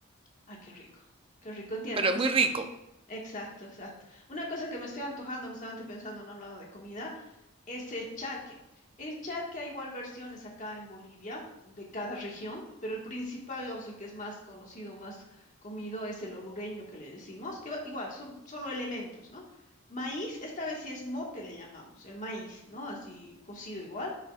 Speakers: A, on the left; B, on the right.
A: Ah, qué rico, qué rico, entiendo,
B: pero
A: no
B: es muy
A: sé.
B: rico.
A: qué- qué- Exacto, exacto. Una cosa que me estoy antojando, justamente pensando en hablando de comida, es el charque. El charque hay igual versiones acá en Bolivia, de cada región, pero el principal, digamos, el que es más conocido, más comido, es el orureño que le decimos, que va- igual son solo elementos, ¿no? Maíz, esta vez sí es mote, le llamamos, el maíz, ¿no? Así cocido igual.